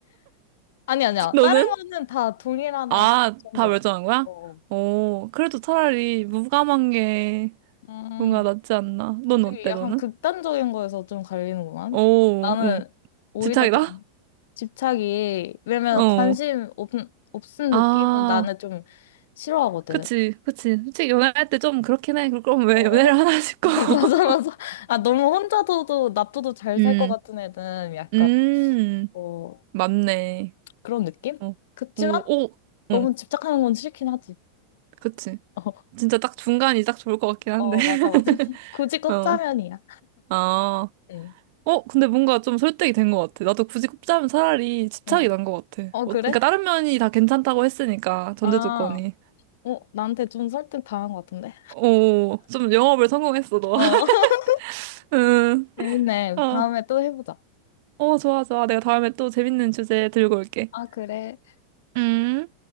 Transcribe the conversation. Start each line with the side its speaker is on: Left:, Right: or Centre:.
Left: 아니,
Right: <laughs>
Left: 아니야.
Right: 너는?
Left: 다른 거는 다 동일하다
Right: 아,
Left: 전제야.
Right: 다 멸종한 거야?
Left: 어.
Right: 어 그래도 차라리 무감한 게
Left: 음,
Right: 뭔가 낫지 않나.
Left: 우리
Right: 넌 어때,
Left: 약간
Right: 너는?
Left: 극단적인 거에서 좀 갈리는구만.
Right: 오,
Left: 나는
Right: 어,
Left: 오히려
Right: 집착이다?
Left: 좀 집착이, 왜냐면
Right: 어.
Left: 관심 없, 없은
Right: 아,
Left: 느낌은 나는 좀 싫어하거든.
Right: 그치, 그치. 솔직히 연애할 때 좀 그렇긴 해. 그럼 왜
Left: 어, 어,
Right: 연애를
Left: 어.
Right: 하나 싶고.
Left: <laughs>
Right: <laughs>
Left: 맞아, 맞아. 아, 너무 혼자서도 놔둬도 잘
Right: 음.
Left: 살 것 같은 애는 약간,
Right: 음,
Left: 어,
Right: 맞네.
Left: 그런 느낌?
Right: 어,
Left: 그치만
Right: 오, 오,
Left: 너무
Right: 응,
Left: 집착하는 건 싫긴 하지.
Right: 그치.
Left: <laughs>
Right: 진짜 딱 중간이 딱 좋을 것 같긴 한데.
Left: 어,
Right: <laughs>
Left: 어, 맞아, 맞아. <laughs> 굳이 꼽자면이야.
Right: 어, 아,
Left: 응.
Right: 어, 근데 뭔가 좀 설득이 된 것 같아. 나도 굳이 꼽자면 차라리 집착이
Left: 응.
Right: 난 것 같아.
Left: 어,
Right: 어,
Left: 그래?
Right: 그러니까 다른 면이 다 괜찮다고 했으니까, 전제
Left: 아,
Right: 조건이.
Left: 어, 나한테 좀 설득 당한 것 같은데?
Right: 오, 좀 영업을 성공했어, 너.
Left: 어,
Right: <laughs>
Left: <laughs>
Right: 응,
Left: 재밌네.
Right: 어,
Left: 다음에 또 해보자.
Right: 어, 좋아, 좋아. 내가 다음에 또 재밌는 주제 들고 올게.
Left: 아, 그래.
Right: 음.